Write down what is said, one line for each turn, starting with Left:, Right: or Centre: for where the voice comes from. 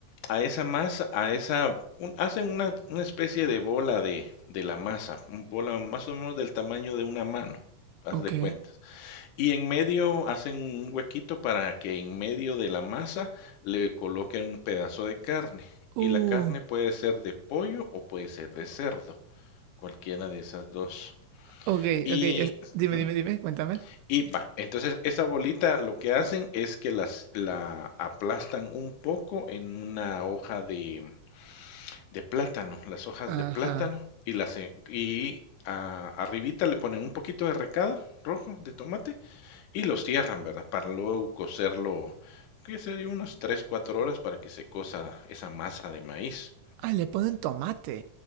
Left: a esa masa, a esa, un- hacen una, una especie de bola de, de la masa, un bola más o menos del tamaño de una mano, haz
Right: Ok.
Left: de cuenta. Y en medio hacen un huequito para que en medio de la masa le coloquen un pedazo de carne.
Right: Uh.
Left: Y la carne puede ser de pollo o puede ser de cerdo, cualquiera de esas dos.
Right: Ok,
Left: Y,
Right: ok. es- dime,
Left: ujú,
Right: dime, dime, cuéntame.
Left: y va, entonces esa bolita lo que hacen es que las, la aplastan un poco en una hoja de, de plátano, las hojas
Right: Ajá.
Left: de plátano, y las en- y a- arribita le ponen un poquito de recado rojo de tomate y los cierran, ¿verdad? Para luego cocerlo, qué sería, unas 3, 4 horas para que se cosa esa masa de maíz.
Right: Ah, le ponen tomate.